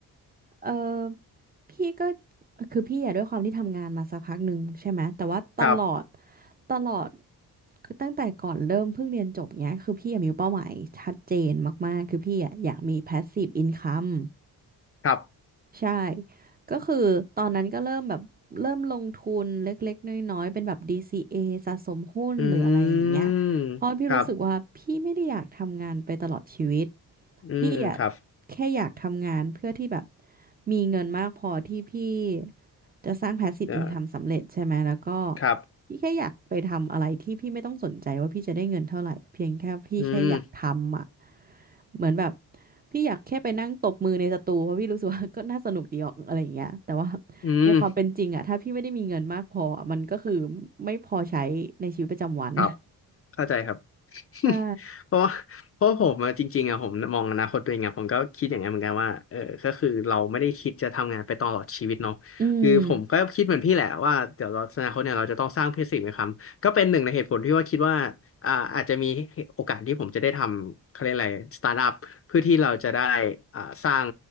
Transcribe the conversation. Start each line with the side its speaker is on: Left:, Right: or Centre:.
Right: เออพี่ก็คือพี่อะด้วยความที่ทำงานมาสักพักหนึ่งใช่ไหมแต่ว่าตลอด
Left: ครับ
Right: ตลอดคือตั้งแต่ก่อนเริ่มเพิ่งเรียนจบเนี้ยคือพี่อะมีเป้าหมายชัดเจนมากๆคือพี่อะอยากมี passive income
Left: ครับ
Right: ใช่ ก็คือตอนนั้นก็เริ่มแบบเริ่มลงทุนเล็กๆน้อยๆเป็นแบบ DCA สะสมหุ้นหรืออะไรอย่างเงี้ยเพราะพี่รู้สึกว่าพี่ไม่ได้อยากทำงานไปตลอดชีวิต
Left: อืมครับอืมอืมครับ
Right: พี่อะแค่อยากทำงานเพื่อที่แบบมีเงินมากพอที่พี่จะสร้าง passive
Left: เอ่อ
Right: income สำเร็จใช่ไหม แล้วก็
Left: ครับ
Right: พี่แค่อยากไปทำอะไรที่พี่ไม่ต้องสนใจว่าพี่จะได้เงินเท่าไหร่เพียงแค่พี่แค่อยากทำอ่ะ
Left: อืม
Right: เหมือนแบบพี่อยากแค่ไปนั่งตบมือในสตูเพราะพี่รู้สึกว่า <laughs> ก็น่าสนุกดีออกอะไรอย่างเงี้ยแต่ว่า
Left: อืม
Right: ในความเป็นจริงอะถ้าพี่ไม่ได้มีเงินมากพออะมันก็คือไม่พอใช้ในชีวิตประจำวัน
Left: ครับ เข้าใจครับ
Right: <laughs> ใช่
Left: <laughs> เพราะว่าเพราะผมอะจริงๆอะผมมองอนาคตตัวเองอะผมก็คิดอย่างนั้นเหมือนกันว่าเออก็คือเราไม่ได้คิดจะทำงานไปตลอดชีวิตเนาะคือผมก็คิดเหมือนพี่แหละว่าเดี๋ยวเราอนาคตเนี่ยเราจะต้องสร้างเพื่อสิ่งไหมครับก็เป็นหนึ่งในเหตุผลที่ว่าคิดว่าอ่าอาจจะมีโอกาสที่ผมจะได้ทำเขาเรียกอะไรสตาร์ทอัพเพื่อที่เราจะได้
Right: อืม
Left: อ่าสร้าง